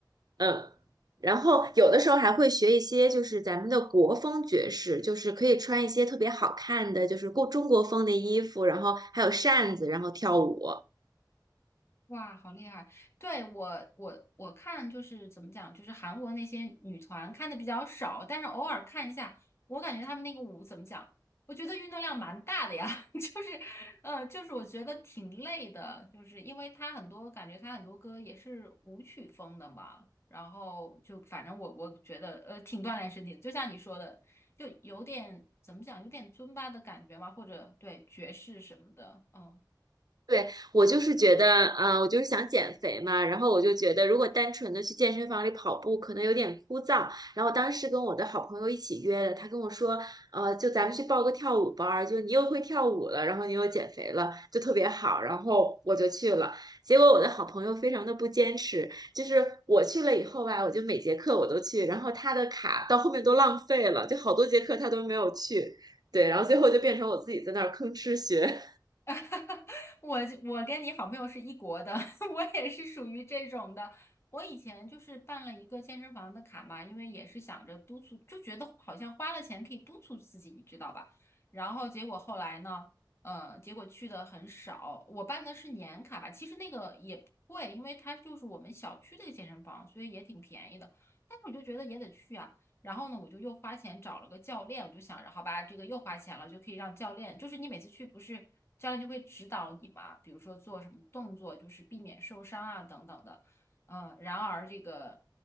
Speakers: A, on the right; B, on the left.
A: 嗯，然后有的时候还会学一些，就是咱们的国风爵士，就是可以穿一些特别好看的，就是过中国风的衣服，然后还有扇子，然后跳舞。
B: 哇，好厉害！对，我，我我看就是怎么讲，就是韩国那些女团看的比较少，但是偶尔看一下，我感觉她们那个舞怎么讲，我觉得运动量蛮大的呀，<laughs> 就是，呃，就是我觉得挺累的，就是因为她很多感觉她很多歌也是舞曲风的嘛，然后就反正我我觉得呃挺锻炼身体的，就像你说的，就有点怎么讲，有点尊巴的感觉嘛，或者对爵士什么的，嗯。
A: 对，我就是觉得，呃，我就是想减肥嘛，然后我就觉得，如果单纯的去健身房里跑步，可能有点枯燥。然后当时跟我的好朋友一起约的，他跟我说，呃，就咱们去报个跳舞班儿，就你又会跳舞了，然后你又减肥了，就特别好。然后我就去了，结果我的好朋友非常的不坚持，就是我去了以后吧，我就每节课我都去，然后他的卡到后面都浪费了，就好多节课他都没有去。对，然后最后就变成我自己在那儿吭哧学。
B: <laughs> 我我跟你好朋友是一国的，<laughs> 我也是属于这种的。我以前就是办了一个健身房的卡嘛，因为也是想着督促，就觉得好像花了钱可以督促自己，你知道吧？然后结果后来呢，呃，结果去的很少。我办的是年卡吧，其实那个也不贵，因为它就是我们小区的一个健身房，所以也挺便宜的。但是我就觉得也得去啊。然后呢，我就又花钱找了个教练，我就想着，好吧，这个又花钱了，就可以让教练，就是你每次去不是教练就会指导你嘛，比如说做什么动作，就是避免受伤啊等等的。嗯，然而这个